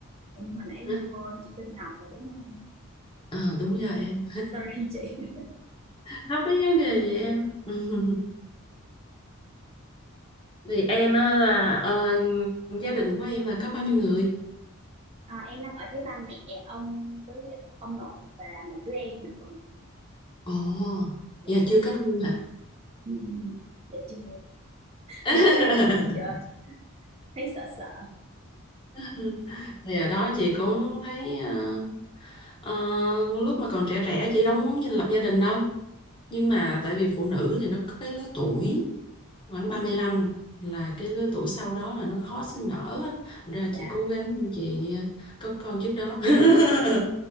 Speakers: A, on the right; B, on the left.
A: em hồi nãy em
B: hả?
A: quên chị tên Ngọc rồi đúng không?
B: Ờ, đúng rồi em
A: Sorry chị. <laughs>
B: không có vấn đề gì em <laughs> thì em á là ờ, gia đình của em là có bao nhiêu người
A: À, em đang ở với ba mẹ ông với ông nội và một đứa em nữa.
B: ồ
A: Dạ.
B: giờ chưa kết hôn hả
A: Ừ. Dạ chưa.
B: <laughs>
A: chưa có ý định luôn chị ơi thấy sợ sợ
B: Ừ. thì ở đó chị cũng thấy ờ, ờ, lúc mà còn trẻ trẻ chị đâu muốn lập gia đình đâu nhưng mà tại vì phụ nữ thì nó có cái lứa tuổi khoảng ba
A: Ừ,
B: mươi lăm là cái lứa tuổi sau đó là nó khó sinh nở á. ra
A: dạ
B: chị cố gắng chị à, có con trước đó <laughs>